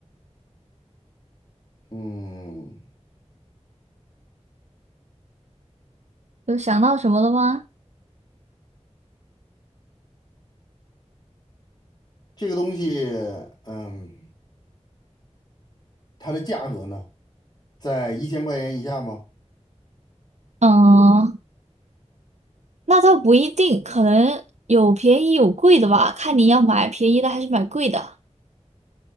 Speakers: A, on the left; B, on the right.
A: 嗯，
B: 有想到什么了吗？
A: 这个东西，嗯，它的价格呢，在一千块钱以下吗？
B: 嗯，那倒不一定，可能有便宜有贵的吧，看你要买便宜的还是买贵的，